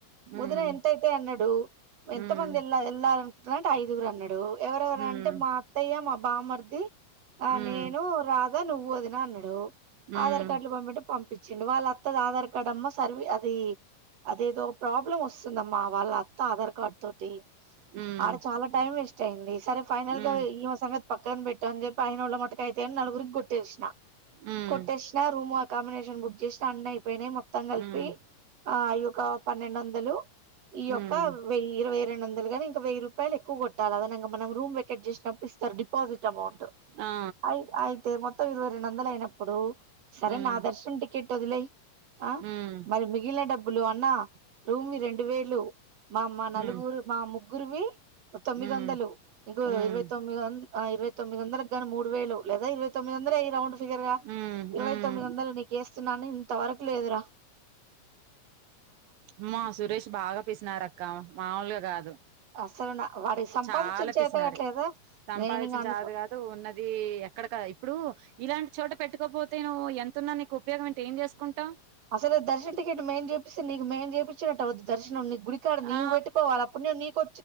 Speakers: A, on the right; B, on the right.
A: మ్మ్
B: ముదున ఎంతైతయి అన్నడు ఎంతమంది
A: మ్మ్
B: ఎలా ఎలా అనుకుంటున్నరు అంటే ఐగురురు అన్నడు ఎవరెవరు
A: మ్మ్
B: అంటే మా అత్తయ్య మా బామ్మర్ది ఆ
A: మ్మ్
B: నేను రాత్ తే నువ్వొదినా అన్నడూ
A: మ్మ్
B: ఆధార్ కార్డులు పంపు అంటే పంపి చ్చిండు వాళ్ళ అత్తది ఆధార్ కార్డ్ అమ్మా సర్వీ అది అదేదో ప్రాబ్లమ్ వస్తుందమ్మా వాళ్ళ అత్త ఆధార్ కార్డ్ తోటి
A: మ్మ్
B: ఆడ చాలా టైం వేస్ట్ టైంది సరే ఫైనల్గా
A: మ్మ్
B: ఈ మా సంగ పక్కన పెట్టు అని చెప్పి అయినోళ్ళ మట్టుకు అయితయి అని నలుగురికి కొట్టేసిన
A: మ్మ్
B: కొట్టష్నా రూమ్ కాంబినేషన్ బుక్ చేసిన అన్ని అయి పోయినయి మొత్తం కలిపి
A: మ్మ్
B: ఆ అయొ ఒక పన్నెండొందలు ఈ యొక్
A: మ్మ్
B: క వెయ్యి ఇరవై రెండొందలు గని ఇంక రూపాయలు ఎక్కువ కొట్టాలదనంగ మనం రూమ్ వెకెట్ చేసినప్పు ఇస్తారు డిపాజిట్ అమౌంట్
A: ఆ
B: ట్ అయి అయితే మొత్త మొత్తం ఇరవై రెండొందలు అయినప్పుడు సరే
A: మ్మ్
B: నా దర్శష్ టికెట్ ట్టొదిలేయ్ ఆ
A: మ్మ్
B: మరి మిగిలిన డబ్బు బ్బులు అన్నా రూమి రెండు వేలు మా మా నలుగురు
A: మ్మ్
B: మా ముగ్గురువి తొమ్మిది
A: మ్మ్
B: వందలు ఇగో
A: మ్మ్ మ్మ్
B: ఇరవై తొమ్మిది వంద ఆ ఇరవై తొమ్మిది వందలకిగానీ మూడు డువేలు <unintelligible> లేదా ఇరవై తొమ్మిది వందల వేయి రౌండ్ ఫిగర్ గా
A: మ్మ్ మ్మ్
B: ఇరవై తొమ్మిది వందలు నీకుేస్తున్నాను తారకులేదురా
A: మ్మా సురేష్ బాగా పేసినారక్క క మాముూలుగా కాదు
B: అసలు నా వాడికి సంపాదించడం
A: చాలా పిసినారి
B: చేతగాట్లేదా
A: సంపాదించడం
B: నేను ఇంగ అనుకో
A: చాత కాదు ఉన్నది ఎక్కడ కద ఇప్పుడు ఇలాంటి చోట పెట్టుకపోతే నువ్వు ఎతున్నా నీకు ఉపయోగం ఏంటి ఏం చేసుకుంటావు
B: అసలు దర్శన్ టికెట్ మేము చేపిస్తే నీకు మేము చేపిచ్చినట్టు అవుది దర్శనం గుడికాడ నీవు
A: ఆ
B: పెట్టుకోవాల అప్పుడు పుణ్యం నీకు